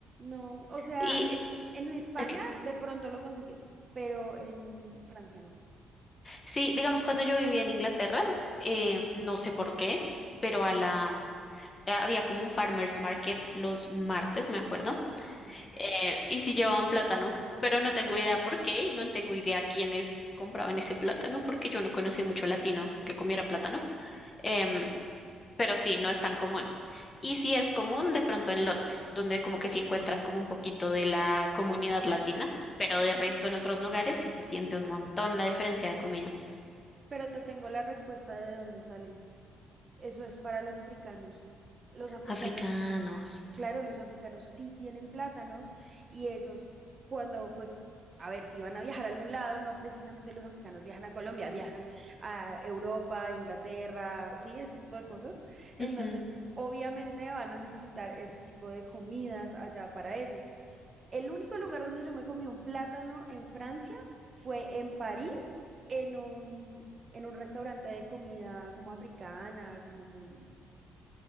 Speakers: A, on the right (about 35°); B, on the left (about 30°).
A: No, o sea,
B: Y,
A: en, en España
B: ok.
A: de pronto lo consigues, pero en Francia no.
B: Sí, digamos, cuando yo vivía en Inglaterra,
A: Ujú,
B: eh, no sé por qué, pero a la Ah, había como un farmers market los martes, me acuerdo,
A: ujú.
B: eh, y sí llevaban plátano, pero no tengo idea por qué y no tengo idea quiénes compraban ese plátano porque yo no conocí mucho latino que comiera plátano, em, pero sí, no es tan común. Y sí es común de pronto en Londres, donde como que sí encuentras como un poquito de la comunidad latina, pero de resto en otros lugares sí se siente un montón la diferencia de comida.
A: Pero te tengo la respuesta de dónde salen. Eso es para los africanos. Los africanos,
B: Africanos.
A: claro, los africanos sí tienen plátanos y ellos cuando, pues, a ver, si van a viajar a algún lado, no precisamente los africanos viajan a Colombia, viajan a Europa, Inglaterra, sí, ese tipo de cosas. Entonces,
B: Ujú,
A: obviamente van a necesitar ese tipo de comidas allá para ellos. El único lugar donde yo me comí un plátano en Francia fue en París, en un, en un restaurante de comida como africana, como muy,